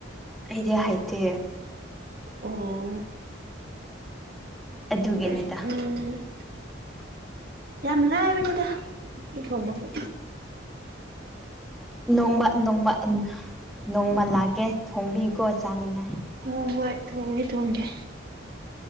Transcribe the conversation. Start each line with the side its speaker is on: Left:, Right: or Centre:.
Centre: ꯑꯩꯗꯤ ꯍꯩꯇꯦ
Right: ꯑꯣ
Centre: ꯑꯗꯨꯒꯤꯅꯤꯗ
Right: ꯒꯥꯏꯁꯤꯡ ꯎꯝ
Centre: <unintelligible>
Right: ꯌꯥꯝ ꯂꯥꯏꯕꯅꯤꯗ ꯎꯇꯤ ꯊꫭꯡꯕꯕꯨ
Centre: ꯅꯣꯡꯃ ꯅꯣꯡꯃ ꯅꯣꯡꯃ ꯂꯥꯛꯀꯦ ꯊꯣꯡꯕꯤꯌꯨꯀꯣ ꯆꯥꯅꯤꯡꯉꯥꯏ
Right: ꯑꯣ ꯍꯣꯏ ꯊꯣꯡꯉꯦ ꯇꯣꯡꯗꯦ